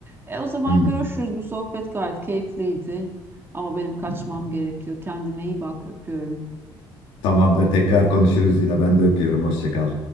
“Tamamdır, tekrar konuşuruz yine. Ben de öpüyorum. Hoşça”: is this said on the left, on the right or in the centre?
Left